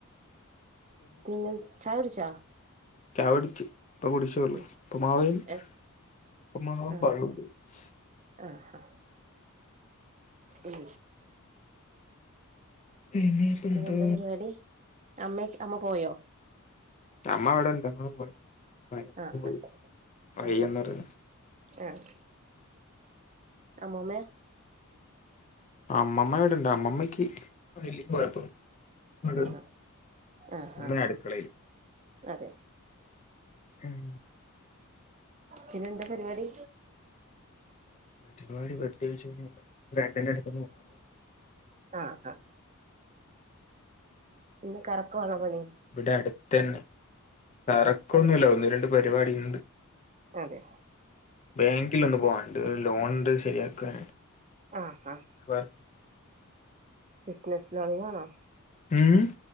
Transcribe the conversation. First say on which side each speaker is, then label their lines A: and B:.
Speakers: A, on the right (about 30°); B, on the left (about 30°).
A: പിന്നെ ചായുടിച്ച
B: ചായ കുടിച്ച് ഇപ്പം കുടിച്ചേള്ളു
A: ഉം
B: ഉപ്പുമാവും ഉപ്പുമാവും
A: ഏഹ് ആഹ്
B: പഴവും കഴിച്ച്
A: ആഹ് ഹ ഉം
B: ഇനിയിപ്പ
A: പിന്നെന്താ
B: എന്താ
A: പരിപാടി അമ്മെക്കെ അമ്മ പോയോ
B: അമ്മ വിടെണ്ട് അമ്മ പോയി പനി
A: ആഹ്
B: പോയില്ല
A: ആഹ്
B: വയ്യെന്നറിഞ്ഞു
A: അതെ ആഹ് അമ്മൂമ്മയോ
B: അമ്മമ്മ ഇവിടെണ്ട് അമ്മമ്മയ്ക്ക് വല്യ കൊഴപ്പം ഇങ്ങട്
A: ആഹ് ആഹ്
B: അമ്മ
A: ആഹ്
B: അടുക്കളയില്
A: അതെ
B: ഉം
A: പിന്നെ എന്താ പരിപാടി
B: പരിപാടി പ്രത്യേകിച്ചൊന്നുല്ല ഫ്രണ്ടിൻ്റെ അടുത്തൊന്ന് പോണം
A: ആഹ് ആഹ് ഇന്ന് കറക്കവാണോ പണി
B: ഇവടെ അട്ത്തന്നെ കറക്കൊന്നുല്ല
A: അത്
B: ഒന്ന്, രണ്ട് പരിപാടിണ്ട്.
A: അതെ
B: ബാങ്കിൽ ഒന്ന് പോവാണ്ട് ഒരു ലോണിൻ്റെ ശരിയാക്കാന്ണ്ട്.
A: ആഹ് ആഹ്
B: വർ
A: ബിസ്നസ് ലോണിനാണോ
B: ഉം